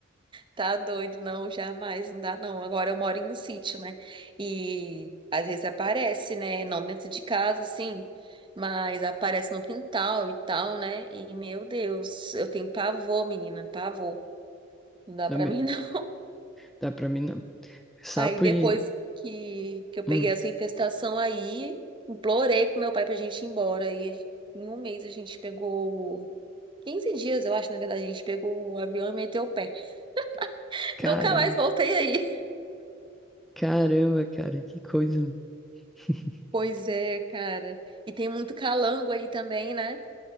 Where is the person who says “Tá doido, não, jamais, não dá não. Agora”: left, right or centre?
Right